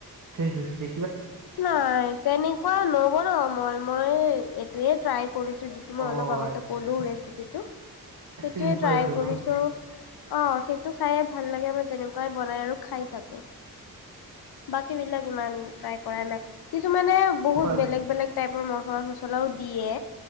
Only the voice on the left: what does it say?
নাই তেনেকুৱা নবনাও মই মই তয়ে ট্ৰাই কৰিছ ত - যিটো মই
অলপ আগতে
কলো ৰেচিপিটো, সেইটোৱে
ট্ৰাই কৰিছোঁ।
অ' সেই টো খাইে ভাল লাগে মই তেনেকুৱাই বনাই আৰু খাই থাকো। বাকী বিলাক ইমান ট্ৰাই কৰা নাই। কিছুমানে বহুত
বেলেগ বেলেগ টাইপৰ ম <unintelligible> দিয়ে।